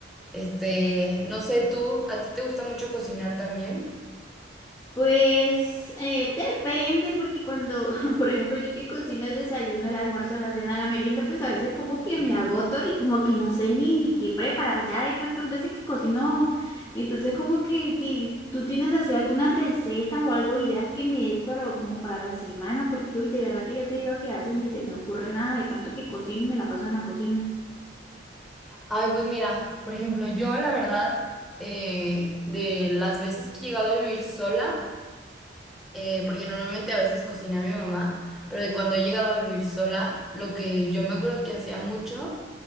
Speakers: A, in the centre; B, on the left (about 15°).
A: Este, no sé tú, ¿a ti te gusta mucho cocinar también?
B: Pues eh, depende, porque cuando, <laughs> por ejemplo, yo que cocino el desayuno, el almuerzo, la cena, la merienda, pues a veces como
A: <laughs>
B: que me
A: Ujú.
B: agoto y como que no sé ni, ni qué preparar ya de tantas veces que cocino. Y entonces como que, que tú tienes así algunas recetas o algo, ideas que me des para, como para la semana, porque hoy de verdad que yo te digo que a veces ni se me ocurre nada de tanto que cocino y me la paso en la cocina.
A: Ay, pues mira, por ejemplo, yo la verdad, eh, de las veces que he llegado a vivir sola, eh, porque normalmente a veces cocina mi mamá, pero de cuando he llegado a vivir sola, lo que yo me acuerdo que hacía mucho